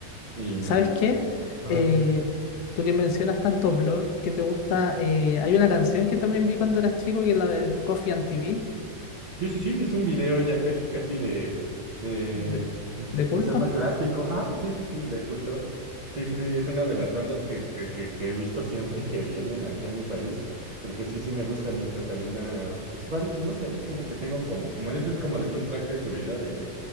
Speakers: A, on the right; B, on the left.
A: y...
B: ¿Sabes qué?
A: ajá.
B: Eh, tú que mencionas tanto Blur que te gusta. eh, Hay una canción que también vi cuando eras chico que es la del Coffee and TV
A: Sí, sí, sí, es un video ya casi, casi de, de,
B: de,
A: <laughs>
B: de culto.
A: pues se llama clásico, ah, sí, sí, cl- de culto. Sí, sí, sí, es una de las bandas que, que, que, que he visto siempre que vienen aquí a mi país, porque sí, sí me gustan mucho también, ah, principal, no sé, como que tengo como, como dices, como de soundtrack de tu vida, de que,